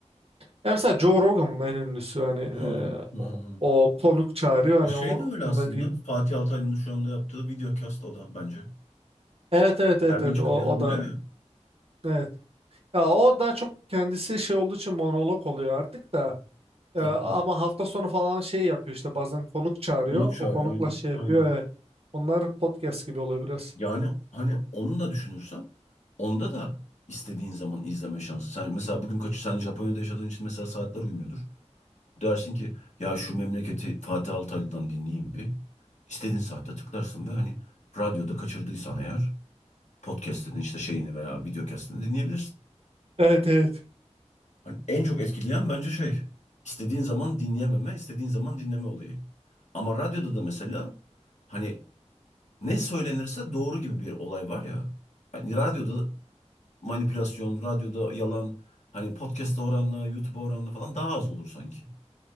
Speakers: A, on the right; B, on the left.
A: Yani mesela Joe Rogan'ın en ünlüsü hani e,
B: Hı hı.
A: o,
B: hı.
A: o konuk çağırıyor hani
B: E Şey
A: o,
B: de öyle
A: onunla
B: aslında.
A: değil.
B: Fatih Altaylı'nın şu anda yaptığı videocast o da bence.
A: Evet evet evet
B: Her gün
A: evet
B: çıkıp
A: o,
B: yorumluyor
A: o da
B: ya.
A: evet. Ya o daha çok kendisi şey olduğu için monolog oluyor artık da. Ee,
B: Tabii
A: ama
B: tabii.
A: hafta sonu falan şey yapıyor işte bazen konuk çağırıyor.
B: Konuk çağırıyor
A: O konukla
B: aynen.
A: şey yapıyor
B: Aynen.
A: evet. Onlar podcast gibi oluyor biraz.
B: Yani hani onu da düşünürsen onda da istediğin zaman izleme şansı. Sen mesela bugün kaçı sen Japonya'da yaşadığın için mesela saatler uymuyordur. Dersin ki ya şu memleketi Fatih Altaylı'dan dinleyeyim bir. İstediğin saatte tıklarsın ve hani radyoda kaçırdıysan eğer podcast'ini işte şeyini veya videocast'ini dinleyebilirsin.
A: Evet evet.
B: Hani en çok etkileyen bence şey. istediğin zaman dinleyememe, istediğin zaman dinleme olayı. Ama radyoda da mesela hani ne söylenirse doğru gibi bir olay var ya. Hani radyoda manipülasyon, radyoda yalan, hani podcast'a oranla, YouTube'a oranla falan daha az olur sanki.